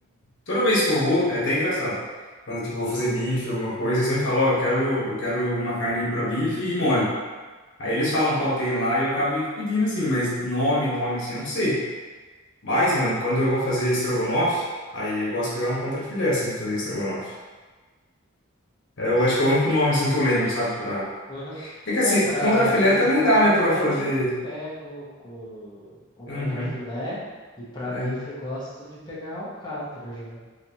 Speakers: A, on the left; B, on the left.
A: toda vez que eu vou, é até engraçado. Quando, tipo, vou fazer bife, alguma coisa, eu sempre falo, ó, eu quero, eu quero uma carne pra bife e mole. Aí eles falam qual tem lá e eu acabo meio que pedindo assim, mas nome, nome assim, eu não sei. Mas, mano, quando eu vou fazer estrogonofe, aí eu gosto de pegar um contrafilé assim, pra fazer estrogonofe. É,
B: Justo.
A: Eu acho que é o único nome assim que eu lembro, sabe? Pra...
B: Uhum.
A: É que assim,
B: É, pra,
A: contrafilé
B: pra
A: também
B: estrogonofe
A: dá, né, pra
B: também
A: fazer.
B: pego com o
A: Uhum,
B: contrafilé e pra bife
A: é.
B: eu gosto de pegar alcatra já.